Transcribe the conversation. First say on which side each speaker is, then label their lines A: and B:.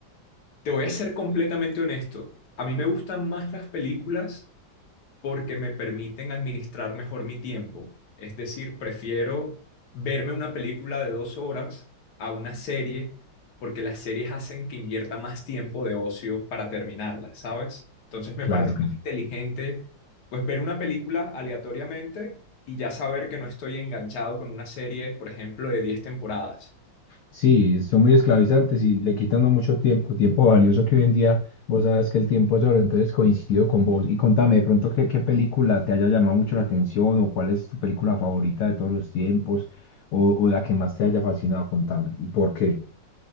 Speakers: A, on the left; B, on the left.
A: Te voy a ser completamente honesto. A mí me gustan más las películas porque me permiten administrar mejor mi tiempo. Es decir, prefiero verme una película de dos horas a una serie porque las series hacen que invierta más tiempo de ocio para terminarlas, ¿sabes? Entonces me
B: Claro
A: parece
B: que
A: más
B: sí.
A: inteligente pues ver una película aleatoriamente y ya saber que no estoy enganchado con una serie, por ejemplo, de 10 temporadas.
B: Sí, son muy esclavizantes y le quitan a uno mucho tiempo, tiempo valioso que hoy en día vos sabes que el tiempo es oro, entonces coincido con vos. Y contame de pronto qué, qué película te haya llamado mucho la atención o cuál es tu película favorita de todos los tiempos o, o la que más te haya fascinado, contame. ¿Y por qué?